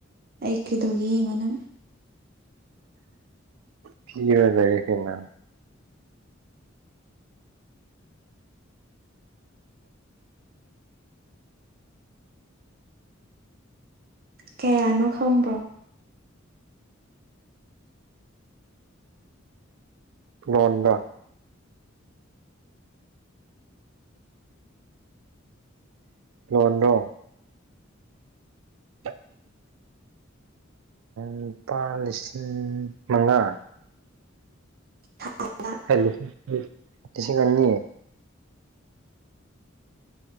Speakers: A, on the right (about 50°); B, on the right (about 80°).
A: ꯍ ꯀꯗꯧꯒꯤ ꯌꯦꯡꯉꯣ ꯅꯪ
B: ꯀ ꯑꯣꯏꯖꯒꯦ ꯀꯦꯅ
A: ꯀꯌꯥꯅꯣ ꯈꯪꯕ꯭ꯔꯣ
B: ꯂꯣꯉꯗ ꯂꯣꯟꯅꯣ ꯍ ꯂꯨꯄꯥ ꯂꯤꯁꯤꯡ ꯃꯉꯥ
A: ꯍꯥ
B: ꯈꯂ ꯇ ꯁꯤ ꯀꯅꯤꯌꯦ